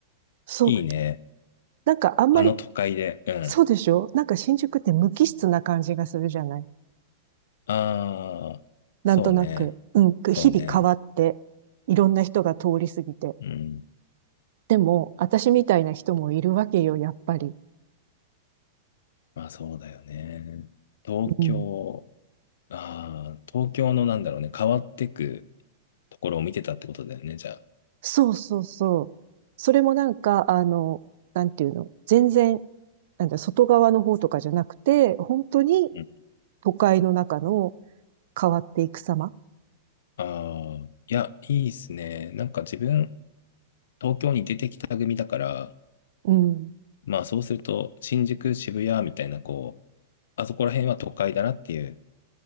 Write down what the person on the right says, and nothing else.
そう、
なんかあんまり、
そうでしょなんか新宿って無機質な感じがするじゃない
なんとなく、
うん、
日々変わって、いろんな人が通り過ぎて。
でも、私みたいな人もいるわけよ、やっぱり。
うん。
そうそうそう。それもなんか、あの、なんていうの、全然、なんだ、外側の方とかじゃなくて、本当に
都会の中の変わっていく様。
うん、